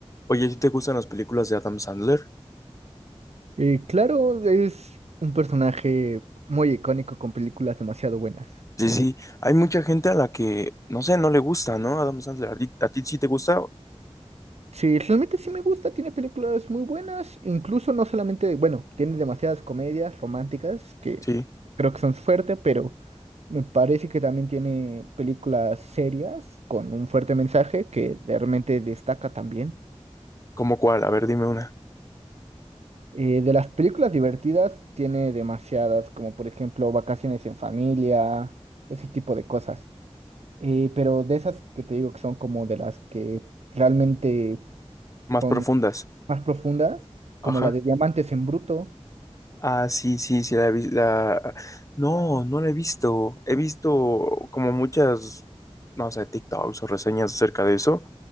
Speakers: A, on the left; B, on the right.
A: Oye, ¿si te gustan las películas de Adam Sandler?
B: Eh, claro, es un personaje muy icónico con películas demasiado buenas.
A: Sí, sí, hay mucha gente a la que, no sé, no le gusta, ¿no? Adam Sandler, ¿a ti, a ti sí te gusta?
B: Sí, realmente sí me gusta, tiene películas muy buenas, incluso no solamente, bueno, tiene demasiadas comedias románticas que
A: Sí,
B: creo que son su fuerte, pero me parece que también tiene películas serias con un fuerte mensaje que de- realmente destaca también.
A: ¿cómo cuál? A ver, dime una.
B: Eh, de las películas divertidas tiene demasiadas, como por ejemplo Vacaciones en familia, ese tipo de cosas. Eh, pero de esas que te digo que son como de las que realmente
A: Más
B: son
A: profundas.
B: más profundas,
A: Ajá.
B: como la de Diamantes en Bruto,
A: Ah, sí, sí, sí, la he visto. La... No, no la he visto. He visto como muchas, no sé, TikToks o reseñas acerca de eso,